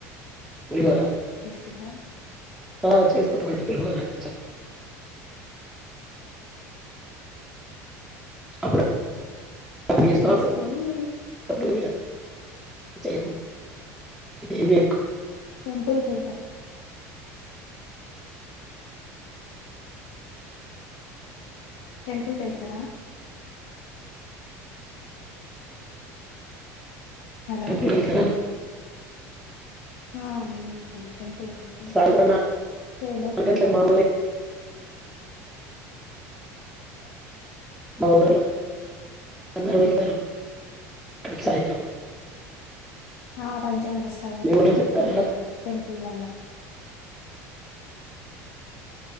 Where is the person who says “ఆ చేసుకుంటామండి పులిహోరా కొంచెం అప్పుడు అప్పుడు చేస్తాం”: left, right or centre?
Centre